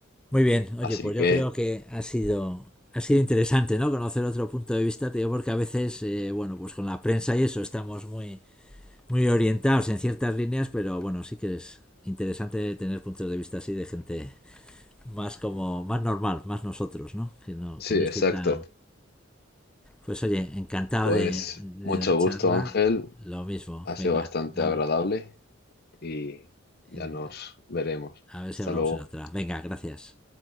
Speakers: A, in the centre; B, on the left.
A: Muy bien, oye,
B: Así
A: pues
B: que,
A: yo creo que ha sido, ha sido interesante, ¿no? Conocer otro punto de vista, te digo, porque a veces, eh, bueno, pues con la prensa y eso estamos muy, muy orientados en ciertas líneas, pero bueno, sí que es interesante tener puntos de vista así de gente más como, más normal, más nosotros, ¿no? Que no,
B: sí,
A: que no esté
B: exacto.
A: tan, Pues oye, encantado
B: Pues
A: de, de
B: mucho
A: la charla.
B: gusto, Ángel.
A: Lo mismo,
B: Ha sido
A: venga.
B: bastante
A: A,
B: agradable y ya
A: eh,
B: nos veremos.
A: a ver si
B: Hasta
A: hablamos
B: luego.
A: en otra. Venga, gracias.